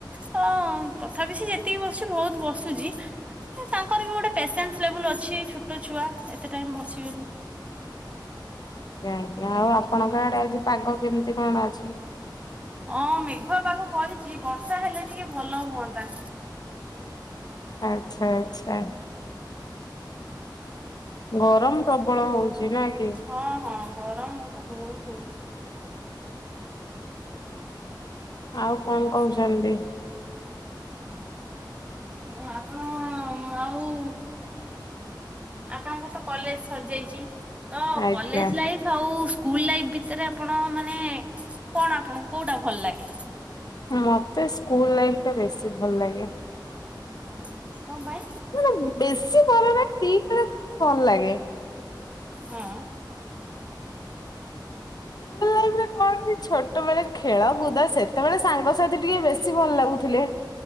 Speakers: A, on the right; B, on the left.
A: ତ ତଥାପି ସେ ଯେତିକି ବସୁଛି ବୋହୁତ ବସୁଛି। ଏ ତାଙ୍କର ବି ଗୋଟେ ପେସେନ୍ସ ଲେବୁଲ ଅଛି ଛୋଟ ଛୁଆ ଏତେ ଟାଇମ୍ ବସିବେନି।
B: ଆଜ୍ଞା ଆଜ୍ଞା ଆଉ ଆପଣଙ୍କ ଆଡ଼େ ଆଜି ପାଗ କେମିତି କଣ ଅଛି?
A: ହଁ ମେଘୁଆ ପାଗ କରିଚି ବର୍ଷା ହେଲେ ଟିକେ ଭଲ ହୁଅନ୍ତା।
B: ଆଚ୍ଛା ଆଚ୍ଛା। ଗରମ ପ୍ରବଳ ହୋଉଚି ନା କି?
A: ହଁ ହଁ ଗରମ ମୁଁ ତ ବୋହୁତ ହୋଉଚି।
B: ଆଉ କଣ କହୁଛନ୍ତି?
A: ହଁ ଆପଣ ଆଉ ଆପଣଙ୍କର ତ କଲେଜ ସରିଯାଇଚି। ତ
B: ଆଜ୍ଞା
A: କଲେଜ ଲାଇଫ୍ ଆଉ ସ୍କୁଲ୍ ଲାଇଫ୍ ଭିତରେ ଆପଣ ମାନେ କଣ ଆପଣଙ୍କୁ କୋଉଟା ଭଲ ଲାଗେ?
B: ମତେ ସ୍କୁଲ ଲାଇଫ୍ ଟା ବେଶୀ ଭଲ ଲାଗେ।
A: ହୁଁ କଣ ପାଇଁ?
B: ମାନେ ବେଶୀ ଭଲ ଲାଗେ। ଦିଇଟା ଯାଁକ ମତେ ଭଲ ଲାଗେ।
A: ହଁ।
B: ସ୍କୁଲ ଲାଇଫ୍ ରେ କଣ କଣ କି ଛୋଟ ବେଳେ ଖେଳ କୁଦ ସେତେବେଳେ ସାଙ୍ଗସାଥି ଟିକେ ବେଶୀ ଭଲ ଲାଗୁଥିଲେ।